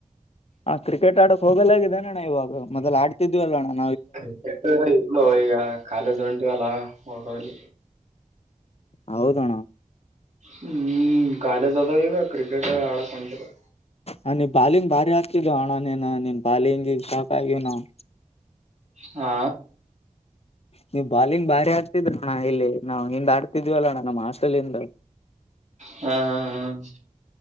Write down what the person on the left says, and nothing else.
ಹಾ ಕ್ರಿಕೆಟ್ ಆಡಕ್. ಹೋಗಲ್ಲಾಗಿದೆ ಅಣ್ಣ ಇವಾಗ ಮೊದ್ಲು ಆಡ್ತಿದ್ವ ಅಲ್ಲ ಅಣ್ಣ.
ಹೌದಣ್ಣ.
ಹ ನೀವ್ ಬಾಲಿಂಗ್ ಬಾರಿ ಹಾಕ್ತಿದ್ ಅಣ್ಣ ನೀನ್ ನಿನ್ ನಿಮ್ ಬಾಲಿಂಗಿಗೆ ಶಾಕ್ ಆಗಿವಿ ನಾವು.
ನೀವ ಬಾಲಿಂಗ್ ಬಾರಿ ಹಾಕ್ತಿದ್ರಿಲ್ಲ ಅಣ್ಣ ಇಲ್ಲಿ ನಾವು ಹಿಂದ ಆಡ್ತಿದೀವಲ್ಲ ಅಣ್ಣ ನಮ್ಮ್ ಹಾಸ್ಟೆಲ್ಇಂದ.